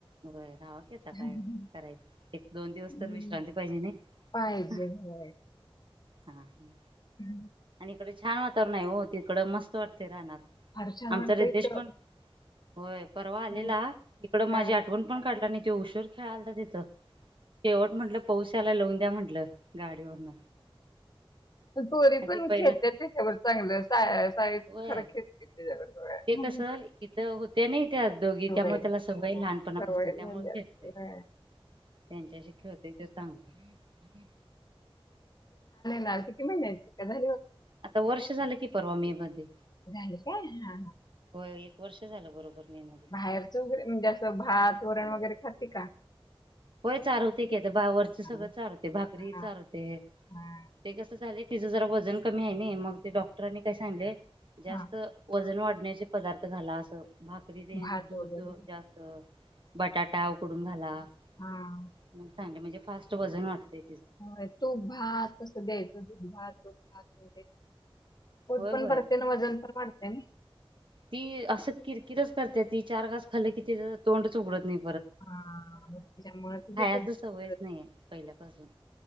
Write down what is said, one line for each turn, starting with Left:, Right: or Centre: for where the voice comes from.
Right: होय रहावा की आता
Left: राहा
Right: काय करायचं? दोन दिवस
Left: हं,
Right: तर विश्रांती पाहिजे नाही.
Left: पाहिजे
Right: हा
Left: व्हय.
Right: हा हम्म
Left: हम्म
Right: तिकडे छान वातावरण आहे हो, तिकडं मस्त वाटतय रानात.
Left: फार छान
Right: आमचा
Left: वाटतंय
Right: रितेश
Left: तर.
Right: पण होय परवा आलेला
Left: हं,
Right: इकड माझी
Left: हां.
Right: आठ काढला नाही. तो उशीर खेळालता तिथं शेवट म्हटलं पाऊस यायला लावून द्या म्हटलं गाडीवरन
Left: पोरी
Right: आणि
Left: पण
Right: ते पहिला
Left: खेळत्या त्यांच्यावर चांगलं साय साई खर
Right: होय
Left: खेतते त्याच्यावर. सगळं.
Right: ते कस इथं होत्या नहीत दोघी
Left: सवय
Right: त्यामुळे त्याला सवय
Left: हं,
Right: लहानपणापासन
Left: सवय झाली
Right: त्यामुळे
Left: आता.
Right: खेळतय त्यांच्याशी
Left: होय.
Right: खेळतय तो चांगलं.
Left: काल किती महिन्याची झाली
Right: आता वर्ष झालं की परवा मे मध्ये.
Left: झाली का हा ह
Right: एक वर्ष झालं बरोबर. मे मध्ये
Left: बाहेरच वगैरे म्हणजे असं भात वरण वगैरे खातिका
Right: होय चारवते की आ बा वरच
Left: हां,
Right: सगळं चारवते भाकरी
Left: हां,
Right: चारवते
Left: हां,
Right: ते कसं चाले तिचं जरा वजन कमी आहे नाही मग ते डॉक्टरांनी काय सांगीतले जास्त
Left: हां.
Right: वजन वाढत. पिण्याचे पदार्थ घाला असं भाकरीदे
Left: भात
Right: दूध
Left: वगैरे.
Right: जास्त बटाटा उकडून घाला. <inaudible>
Left: हां.
Right: चांगले म्हणजे फास्ट वजन वाढतय.
Left: होय तूप भात अस द्यायच दूध भात, तूप भात वगैरे <unintelligible> पोट
Right: होय
Left: पण
Right: होय
Left: भरते ना वजन पण वाढते नई
Right: ती असं किरकिरच करते ती चार घास खाल्ल की तिज तोंड च उघडत नाई.
Left: हा त्याच्यामुळे <unintelligible>
Right: खायच सवयच नाही पहिल्यापासून